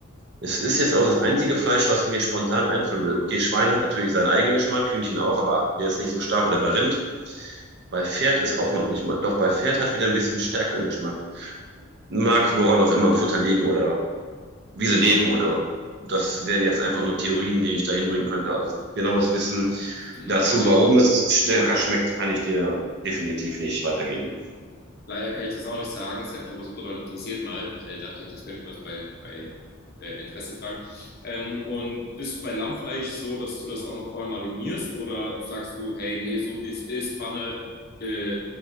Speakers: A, on the right (about 55°); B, on the left (about 50°).
A: Es ist jetzt auch das einzige Fleisch, was mir spontan einfallen will. Okay, Schwein hat natürlich seinen eigenen Geschmack, Hühnchen auch, aber der ist nicht so stark. Oder bei Rind. Bei Pferd ist auch noch nicht mal. Doch bei Pferd hat wieder ein bisschen stärkeren Geschmack. Mag woran auch immer im Futter liegen oder wie sie leben oder das wären jetzt einfach nur Theorien, die ich da hinbringen könnte. Also genaues Wissen
B: Na,
A: dazu,
B: okay.
A: warum es stärker schmeckt, kann ich dir definitiv nicht weitergeben.
B: Leider kann ich das auch nicht sagen. Es hat mich aber super doll interessiert mal. Da dachte ich, das könnte ich mal so bei, bei äh, Interesse fragen. Ähm, und bist du bei Lammfleisch so, dass du das auch noch vorher marinierst oder sagst du, hey, nee, so wie es ist, Pfanne, äh,